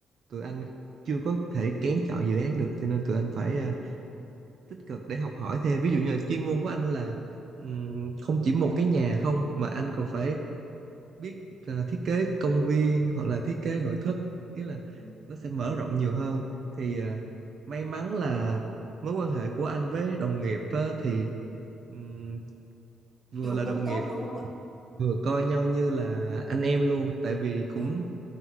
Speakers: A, on the right; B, in the centre.
A: tụi anh chưa có thể kén chọn dự án được cho nên tụi anh phải ờ, tích cực để học hỏi thêm ví dụ như là chuyên môn của anh là ừm, không chỉ một cái nhà không mà anh còn phải biết ờ, thiết kế công viên hoặc là thiết kế nội thất ý là
B: Ừ.
A: nó sẽ mở rộng nhiều hơn thì ờ, may mắn là mối quan hệ của anh với đồng nghiệp á, thì ừm, vừa
B: Kiểu
A: là
B: cũng
A: đồng
B: tốt
A: nghiệp
B: đúng không ạ?
A: vừa coi nhau như là anh em luôn tại vì cũng
B: Vâng.